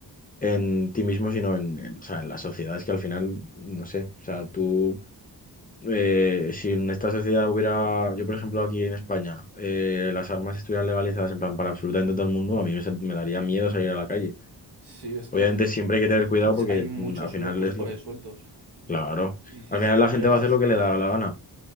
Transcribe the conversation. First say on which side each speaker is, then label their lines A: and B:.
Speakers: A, on the left; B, on the right.
A: en ti mismo, sino en, en, o sea, en la sociedad. Es que al final, no sé, o sea, tú, eh, si en esta sociedad hubiera, yo por ejemplo aquí en España, eh, las armas estuvieran legalizadas en plan para absolutamente todo el mundo, a mí me, sent- me daría miedo salir a la calle.
B: sí, es
A: Obviamente
B: que
A: siempre hay que tener cuidado
B: s-
A: porque
B: hay muchos
A: mm, al final
B: locos
A: es
B: por
A: lo
B: ahí sueltos.
A: Claro.
B: Y si
A: Al
B: es
A: final
B: muy
A: la gente
B: accesible,
A: va a hacer lo que le da la gana,